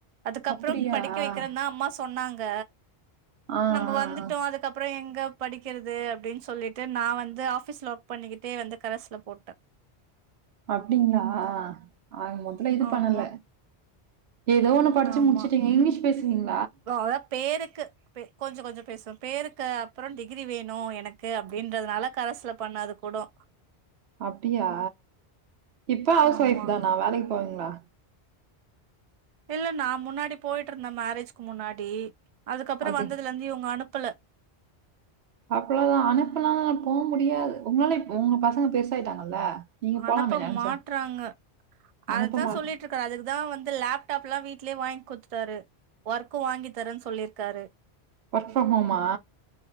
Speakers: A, on the right; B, on the right.
A: அதுக்கப்புறம்
B: அப்படியா?
A: படிக்க
B: ஆ,
A: வைக்கிறதா அம்மா சொன்னாங்க
B: ஆ,
A: நம்ப வந்துட்டோ
B: ஆ.
A: அதுக்கப்பறோ எங்க படிக்கிறது அப்டின் சொல்லிட்டு நா வந்து ஆஃபிஸ் ஒர்க் பண்ணிக்கிட்டு டே வந்து கரஸ்சல போட்ட
B: அப்டிங்ளா ஆக மொத்தத்ல இது
A: ஆமா
B: பண்ணல ஏதோ ஒன்னு படிச்சி
A: ஆமா
B: முடிச்சுட்டீங்க இங்கிலீஷ் பேசுவீங்
A: அதா பேரு க்கு கொஞ்சோ கொஞ்சோ பேசுவ பேருக்கு அப்புறம் டிகிரி வேணு எனக்கு அப்டின்றதுனால கரசுல பண்ண அது கூடோ
B: அப்டியா இப்ப ஹவுஸ்
A: ஆமா
B: ஒய்ஃப் தானா வேலைக்கு போவீங்களா
A: இல்ல நா முன்னாடி போயிட்டு இருந்தே மேரேஜ்க்கு முன்னாடி அதுக்கப்புறோ
B: அது
A: வந்ததுல இருந்து இவுங்க அனுப் பள
B: அவ்வோதா அனுப்பனாலு போக முடியாது உங்களாலே உங்க பசங்க பெருசாயிட்டாங்கல்ல நீங்க போலாமே
A: அனுப்ப
B: நெனச்சா.
A: மாட்றாங்க
B: அனுப்ப
A: அத்தா
B: மாட்
A: சொல்லிட்டு இருக்கரு அதுக்குதா வந்து லேப்டாப் ப்லா வீட்லயே வாங்கி குத்துத்துடாரு ஒர்க்கு வாங்கி தரேன்னு சொல்லிருக்காரு
B: ஒர்க் ஃப்ரம் ஹோமா